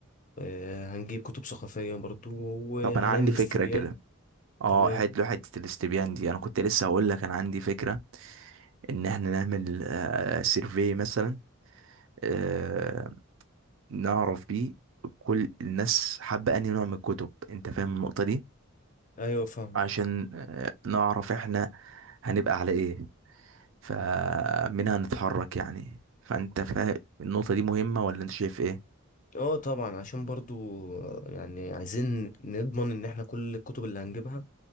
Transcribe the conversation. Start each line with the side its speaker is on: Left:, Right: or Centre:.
Left: آه، هنجيب كتب ثقافية برضو وهنعمل
Right: طب أنا عندي فكرة
Left: استبيان
Right: كده اه
Left: تمام
Right: حلو حتة الاستبيان دي أنا كنت لسه هقول لك أنا عندي فكرة إن إحنا نعمل آه، سيرفي مثلا آه، نعرف بيه كل الناس حابة أنهي نوع من الكتب أنت فاهم النقطة دي؟
Left: ايوه فاهم
Right: عشان آه، نعرف إحنا هنبقى على إيه فمنها نتحرك يعني فانت فاهم النقطة دي مهمة ولا انت شايف ايه
Left: اه طبعا عشان برضو يعني عايزين نضمن ان احنا كل الكتب اللي هنجيبها